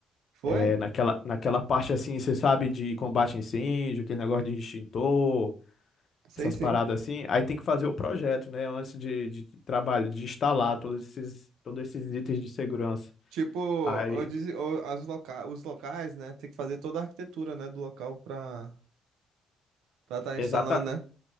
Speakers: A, on the right; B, on the left.
A: Foi?
B: É, naquela, naquela parte assim, você sabe, de combate a incêndio, aquele negócio de extintor,
A: Sei
B: essas
A: sim.
B: paradas assim. Aí tem que fazer o projeto, né? Antes de, de trabalho, de instalar todos esses, todos esses itens de segurança.
A: Tipo,
B: Aí,
A: onde, ou as loca, os locais, né? Tem que fazer toda a arquitetura, né, do local pra estar tá instalando,
B: exata,
A: né?